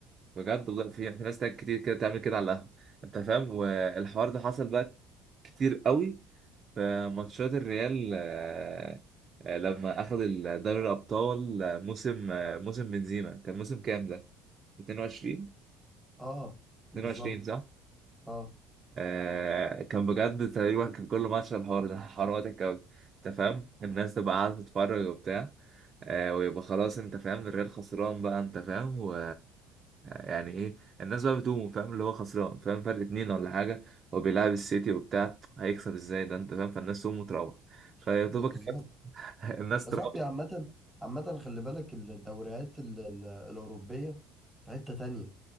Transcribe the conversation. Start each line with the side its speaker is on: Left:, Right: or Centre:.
Right: بجد والله في في ناس تاني كتير كده تعمل كده على القهوه انت فاهم والحوار ده حصل بقى كتير قوي في ماتشات الريال آه، آه، لما اخذ ال- دوري الابطال آه، موسم آه، موسم بنزيما كان موسم كام ده 22
Centre: اه
Right: 22
Centre: بالظبط
Right: صح
Centre: اه
Right: آه كان بجد تقريبا كان كل ماتش الحوار ده حوار مضحك قوي انت فاهم الناس تبقى قاعده تتفرج وبتاع آه ويبقى خلاص انت فاهم الريال خسران بقى انت فاهم و يعني ايه الناس بقى بتقوم فاهم اللي هو خسران فاهم فرق اتنين ولا حاجه وبيلعب السيتي وبتاع هيكسب ازاي ده انت فاهم فالناس تقوم وتروح فيا
Centre: بالظبط
Right: دوبك الناس
Centre: يا
Right: تراقب
Centre: صاحبي عامة عامة خلي بالك الدوريات ال- ال- الأوروبية في حتة تانية